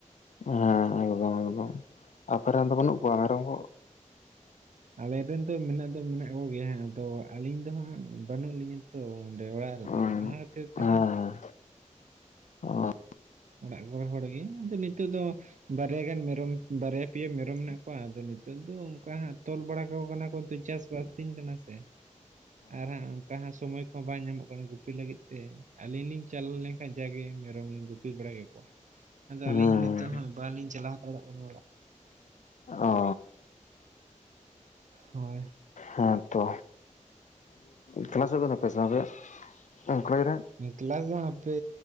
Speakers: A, on the left; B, on the right.
A: ᱦᱮᱸ ᱦᱮᱸ ᱮᱠᱫᱚᱢ ᱮᱠᱫᱚᱢ ᱾ ᱟᱯᱮᱨᱮᱱ ᱫᱚ ᱵᱟᱹᱱᱩᱜ ᱠᱚᱣᱟ ᱢᱮᱨᱚᱢ ᱠᱚ?
B: ᱟᱞᱮᱨᱮᱱ ᱫᱚ ᱢᱮᱱᱟᱜ ᱫᱚ ᱢᱮᱱᱟᱜ ᱠᱚᱜᱮᱭᱟ ᱦᱟᱸᱜ ᱟᱫᱚ ᱟᱹᱞᱤᱧ ᱫᱚ ᱦᱟᱸᱜ ᱵᱟᱹᱱᱩᱜ ᱞᱤᱧᱟᱹ ᱛᱚ ᱚᱸᱰᱮ ᱚᱲᱟᱜ ᱨᱮᱫᱚ
A: ᱦᱮᱸ
B: ᱟᱫᱚ ᱚᱱᱟ ᱠᱷᱟᱹᱛᱤᱨ ᱛᱮ
A: ᱦᱮᱸ
B: ᱦᱟᱸᱜ
A: ᱦᱮᱸ
B: ᱚᱲᱟᱜ ᱠᱚᱨᱮ ᱦᱚᱲ ᱜᱮ ᱟᱫ ᱱᱤᱛᱚᱜ ᱫᱚ ᱵᱟᱨᱭᱟ ᱜᱟᱱ ᱢᱮᱨᱚᱢ ᱵᱟᱨᱭᱟ ᱯᱮᱭᱟ ᱢᱮᱨᱚᱢ ᱢᱮᱱᱟᱜ ᱠᱚᱣᱟ ᱟᱫᱚ ᱱᱤᱛᱚᱜ ᱫᱚ ᱚᱱᱠᱟ ᱦᱟᱜ ᱛᱚᱞ ᱵᱟᱲᱟ ᱠᱟᱠᱚ ᱠᱟᱱᱟ ᱠᱚᱛ ᱪᱟᱥ ᱟᱛᱤᱧ ᱠᱟᱱᱟ ᱥᱮ ᱟᱨ ᱦᱟᱸᱜ ᱚᱱᱠᱟ ᱦᱟᱸᱜ ᱥᱚᱢᱚᱭ ᱠᱚᱦᱚᱸ ᱵᱟᱝ ᱧᱟᱢᱚᱜ ᱠᱟᱱᱟ ᱜᱩᱯᱤ ᱞᱟᱹᱜᱤᱫ ᱛᱮ᱾ ᱟᱹᱞᱤᱧ ᱞᱤᱧ ᱪᱟᱞᱟᱣ ᱞᱮᱱᱠᱷᱟᱱ ᱡᱟᱜᱮ ᱢᱮᱨᱚᱢ ᱞᱤᱧ ᱜᱩᱯᱤ ᱯᱤ ᱵᱟᱲᱟ ᱠᱮ ᱠᱚᱣᱟ ᱟᱫᱚ
A: ᱦᱮᱸ
B: ᱟᱹᱞᱤᱧ
A: ᱦᱮᱸ
B: ᱦᱚᱸ ᱱᱤᱛᱚᱜ ᱦᱚᱸ ᱵᱟᱞᱤᱧ ᱪᱟᱞᱟᱣ ᱦᱟᱛᱟᱲᱚᱜ ᱠᱟᱱᱟ ᱚᱲᱟᱜ᱾
A: ᱚ
B: ᱦᱳᱭ᱾
A: ᱦᱮᱸ ᱛᱚ᱾ ᱠᱮᱞᱟᱥ ᱦᱩᱭᱩᱜ ᱠᱟᱱ ᱛᱟᱯᱮᱭᱟ ᱟᱞᱮᱭᱟᱜ ᱠᱚᱞᱮᱡ ᱨᱮ?
B: ᱠᱞᱟᱥ ᱫᱚ ᱦᱟᱯᱮ